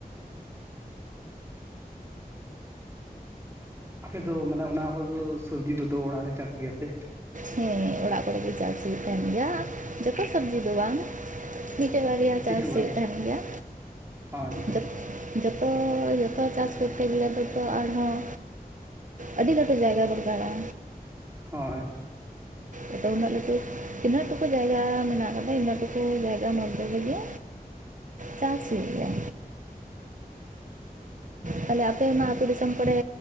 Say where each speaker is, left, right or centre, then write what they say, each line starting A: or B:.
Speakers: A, on the right (about 15°); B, on the right (about 55°).
A: ᱟᱯᱮᱫᱚ ᱢᱟᱱᱮ ᱚᱱᱟ ᱠᱚ ᱦᱳᱲᱳ ᱫᱚ ᱥᱚᱵᱽᱡᱤ ᱠᱚᱫᱚ ᱚᱲᱟᱜ ᱨᱮ ᱪᱟᱥ ᱜᱮᱭᱟ ᱯᱮ,
B: ᱦᱮᱸ ᱚᱲᱟᱜ ᱠᱚᱨᱮ ᱜᱮ ᱪᱟᱥ ᱦᱩᱭᱩᱜ ᱛᱟᱦᱮᱱ ᱜᱮᱭᱟ ᱡᱚᱛᱚ ᱥᱚᱵᱽᱡᱤ ᱫᱚ ᱵᱟᱝ, ᱢᱤᱫᱴᱮᱡ ᱵᱟᱨᱭᱟ
A: ᱠᱤᱪᱷᱩ
B: ᱪᱟᱥ
A: ᱜᱟᱱ
B: ᱦᱩᱭᱩᱜ ᱛᱟᱦᱮᱸᱱ ᱜᱮᱭᱟ᱾
A: ᱟᱪᱪᱷᱟ
B: ᱡᱚᱛᱚ ᱡᱚᱛ ᱡᱚᱛᱚ ᱪᱟᱥ ᱠᱚᱨᱛᱮ ᱜᱮᱞᱮ ᱫᱚ ᱛᱚ ᱟᱨᱦᱚᱸ ᱟᱹᱰᱤ ᱞᱟᱹᱴᱩ ᱡᱟᱭᱜᱟ ᱫᱚᱨᱠᱟᱲᱟᱜᱼᱟ᱾
A: ᱦᱚᱭ
B: ᱟᱫᱚ ᱩᱱᱟᱹᱜ ᱞᱟᱹᱴᱩ ᱛᱤᱱᱟᱹᱜ ᱴᱩᱠᱩ ᱡᱟᱭᱜᱟ ᱢᱮᱱᱟᱜ ᱠᱟᱫᱟ ᱤᱱᱟᱹᱜ ᱴᱩᱠᱩ ᱡᱟᱭᱜᱟ ᱢᱚᱫᱽᱫᱷᱮ ᱨᱮᱜᱮ᱾ ᱪᱟᱥ ᱦᱩᱭᱩᱜ ᱜᱮᱭᱟ᱾ ᱛᱟᱦᱚᱞᱮ ᱟᱯᱮ ᱚᱱᱟ ᱟᱹᱛᱩ ᱫᱤᱥᱚᱢ ᱠᱚᱨᱮ